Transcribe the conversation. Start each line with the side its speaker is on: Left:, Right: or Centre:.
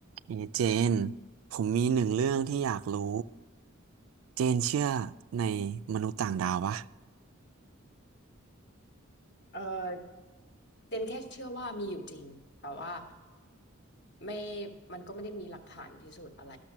Right: เอเจน ผมมีหนึ่งเรื่องที่อยากรู้ เจนเชื่อในมนุษย์ต่างดาวปะ
Left: เออเจนแค่เชื่อว่ามีอยู่จริงแต่ว่าไม่มันก็ไม่ได้มีหลักฐานพิสูจน์อะไร